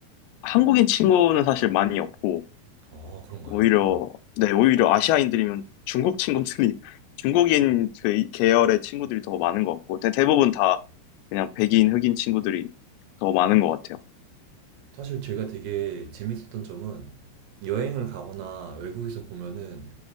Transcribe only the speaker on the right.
아, 그런가요?
네.
사실 제가 되게 재밌었던 점은 여행을 가거나 외국에서 보면은